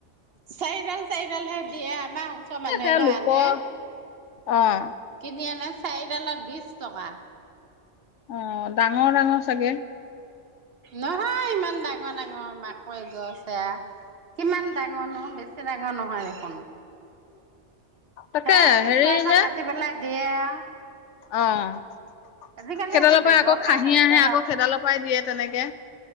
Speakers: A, on the right; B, on the left.
A: চাৰিডাল চাৰিডাল হে দিয়ে আ আমাৰ ওচৰৰ মানুহ
B: এ সেয়া
A: এঘৰে
B: লোকৰ
A: আনে।
B: অ'।
A: কিনি আনে চাৰি ডালত বিশ টকা।
B: অ', ডাঙৰ ডাঙৰ চাগে।
A: নহয়, মাকৈ গছবোৰ ইমান ডাঙৰ নহয় দেখোন, বেছি ডাঙৰ হোৱা নাই।
B: তাকে
A: হয়,
B: হেৰি
A: সেইবোৰ
B: যে
A: কাটি পেলাইছে। <inaudible>
B: অ',
A: আজিকালি
B: সেইডালৰ
A: সেইটো
B: পৰা আকৌ
A: ব্যৱসায়
B: খাহী
A: হৈছে
B: আহে, আকৌ সেইডালৰ পৰাই দিয়ে।